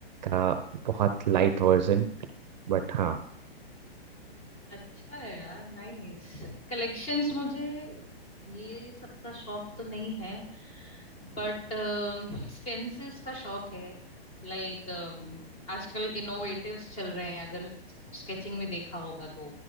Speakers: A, on the right; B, on the left.
A: का बहुत लाइट वर्जन बट हाँ
B: अच्छा है यार नाइस कलेक्शंस मुझे ये ये सबका शौक तो नहीं है बट स्टेंसिल्स का शौक है लाइक आजकल इनोवेटिव्स चल रहे हैं अगर स्केचिंग में देखा होगा तो